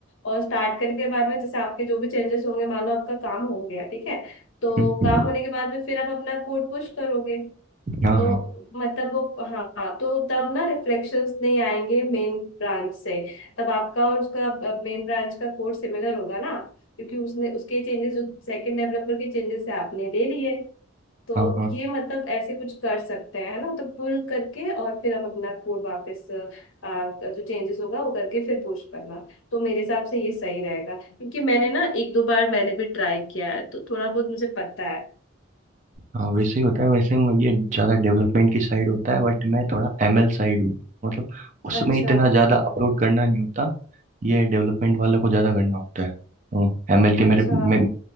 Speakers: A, on the left; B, on the right.
A: और स्टार्ट करने के बाद में जैसे आपके जो भी चेंजेस होंगे मान लो आपका काम हो गया ठीक है तो
B: हम्म,
A: काम होने के बाद में फिर आप अपना कोड पुश करोगे
B: हाँ
A: तो
B: हाँ
A: मतलब वो हाँ तो तब ना रिफ्लेक्शंस नहीं आएंगे मेन ब्रांच से तब आपका और उसका मेन ब्रांच का कोड सिमिलर होगा ना क्योंकि उसने उसके चेंजेस जो सेकंड डेवलपर के चेंजेस है आपने ले लिए तो
B: हाँ हाँ
A: ये मतलब ऐसे कुछ कर सकते हैं है ना तो पुल करके और फिर आप अपना कोड वापस आ, जो चेंजेस होगा वो करके फिर पुश करना तो मेरे हिसाब से ये सही रहेगा क्योंकि मैंने ना एक दो बार मैंने भी ट्राई किया है तो थोड़ा बहुत मुझे पता है
B: हाँ वैसे ही होता है वैसे मैं ये ज़्यादा डेवलपमेंट की साइड होता है बट मैं थोड़ा एमएल साइड हूँ मतलब उसमें
A: अच्छा
B: इतना ज़्यादा अपलोड करना नहीं होता ये डेवलपमेंट वालों को ज़्यादा करना होता है तो एमएल के
A: अच्छा
B: मेरे मैं